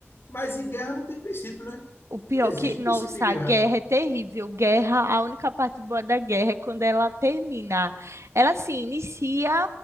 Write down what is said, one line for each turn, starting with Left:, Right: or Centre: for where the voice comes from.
Left: Mas em guerra não tem princípio, né?
Right: O pior
Left: Não existe
Right: que, nossa,
Left: princípio em guerra.
Right: a guerra é terrível. Guerra, a única parte boa da guerra é quando ela termina. Ela se inicia